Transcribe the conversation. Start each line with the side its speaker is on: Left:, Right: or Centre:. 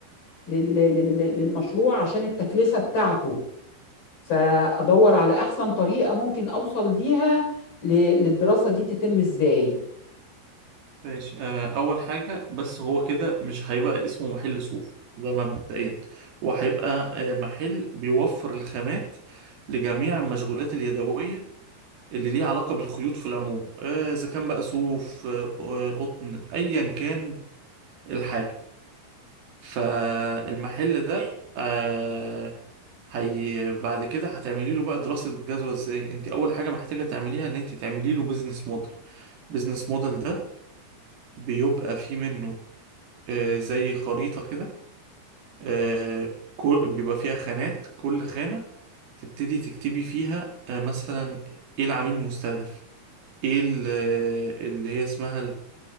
Left: لل- لل- للمشروع عشان التكلفة بتاعته فادور على احسن طريقة ممكن اوصل بيها ل- للدراسة دي تتم ازاي
Right: ماشي آه، اول حاجة بس هو كده مش هيبقى اسمه محل صوف ده مبدئيا وهيبقى آه، محل بيوفر الخامات لجميع المشغولات اليدوية اللي ليه علاقة بالخيوط في العموم آه، إذا كان بقى صوف آه، آه، قطن أيا كان الحاجة فالمحل ده آه، هي بعد كده هتعملي له بقى دراسة جدوى ازاي انت اول حاجة محتاجة تعمليها ان انت تعملي له بيزنس موديل بيزنس موديل ده بيبقى فيه منه آه، زي خريطة كده آه، كل- بيبقى فيها خانات كل خانة تبتدي تكتبي فيها آه، مثلا ايه العميل المستهدف ايه ال- اللي هي اسمها